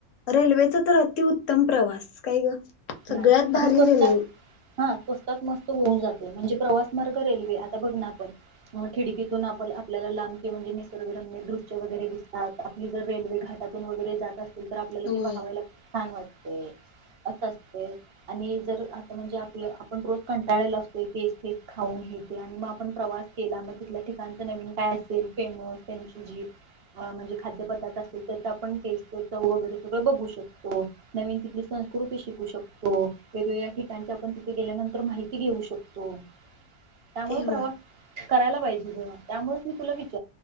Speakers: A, on the left; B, on the right.
A: रेल्वेचा तर अतिउत्तम प्रवास काय ग सगळ्यात
B: ना, आणि
A: भारी
B: स्वतः
A: रेल्वे
B: हा स्वस्तात मस्त होऊन जाते म्हणजे प्रवास मार्ग रेल्वे आता बघ ना आपण अ खिडकीतून आपण आपल्याला लांब किंवा म्हणजे निसर्गरम्य दृश्य वगैरे दिसतात आपली जर रेल्वे घाटातून वगैरे जात असतील तर आपल्याला
A: होय
B: ते पाहावयाला खूप छान वाटतेय. अस असतंय आणि जर आता म्हणजे आपल आपण रोज कंटाळेला असतोय तेच ते तेच खाऊन हे ते आणि मग आपण प्रवास केला मग तिथल्या ठिकाणच नवीन काय असेल फेमस त्यांची जी अ म्हणजे खाद्य पदार्थ असतील त्याचा आपण टेस्ट चव वगैरे सगळ बघू शकतो नवीन तिथली संस्कृती शिकू शकतो वेगवेगळ्या ठिकाणच्या आपण तिथे गेल्यानंतर माहिती घेऊ शकतो. त्यामुळ
A: ए होय
B: प्रवास करायला पाहिजे ग त्यामुळेच मी तुला विच